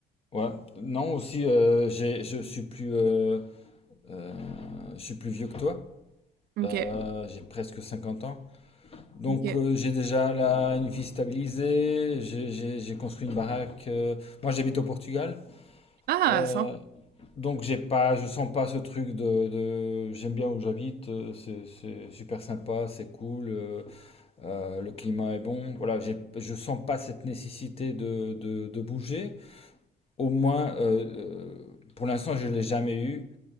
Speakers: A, on the left; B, on the right.
A: ouais. Non, aussi, euh, j'ai, je suis plus, euh, euh, je suis plus vieux que toi.
B: Ok,
A: Euh, j'ai presque 50 ans. Donc,
B: ok.
A: euh, j'ai déjà là une vie stabilisée. J'ai j'ai- j'ai construit une baraque. euh, Moi, j'habite au Portugal.
B: Ah,
A: Euh,
B: sympa,
A: donc j'ai pas, je sens pas ce truc de, de- j'aime bien où j'habite, euh, c'est c'est super sympa, c'est cool, euh, euh, le climat est bon. Voilà, j'ai, je sens pas cette nécessité de, de, de bouger. Au moins, euh, euh, pour l'instant, je l'ai jamais eu.